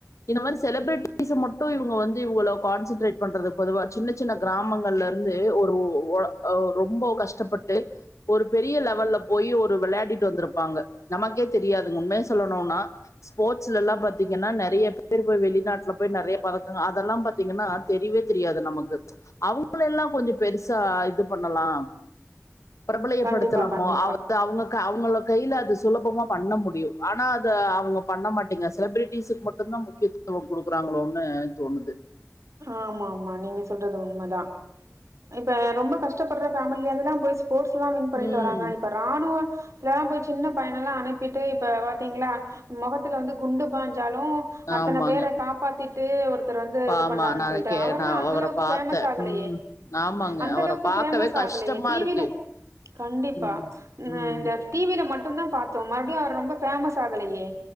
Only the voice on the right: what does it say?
கண்டிப்பா, கண்டிப்பா.
ஆமாமா நீங்க சொல்றது உண்மதா இப்ப ரொம்ப கஷ்டப்படுற பேமிலியா இருந்துதனா போய் ஸ்போ்ட்ஸ்ல்லா வின் பண்ணிட்டு
வராங்க இப்போ இராணுவ இதுலல்லா போய் சின்ன பையனல்லா அனுப்பிட்டு இப்ப பாத்தீங்களா முகத்துல வந்து குண்டு பாஞ்சாலு அத்தன
பேர காப்பாத்திட்டு ஒருத்தர் வந்து இது
பண்ணாருன்னு
சொல்லிட்டு
அவரெல்லா
அந்த
அளவுக்கு
ஃபேமஸ் ஆகலையே
அந்த
அளவுக்கு
ஃபேமஸ்
ஆகலயே டிவில
கண்டிப்பா
நா
இந்த டிவில மட்டு தா பார்த்தோ மறுபடியு அவர் ரொம்ப ஃபேமஸ் ஆகலையே